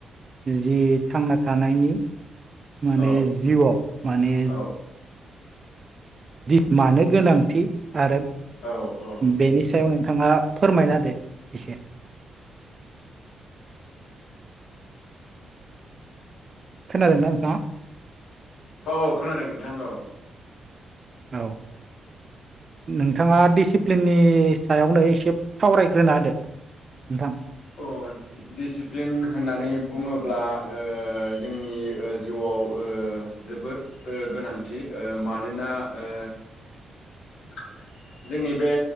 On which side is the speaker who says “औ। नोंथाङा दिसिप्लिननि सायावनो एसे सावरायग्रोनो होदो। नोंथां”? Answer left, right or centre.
Right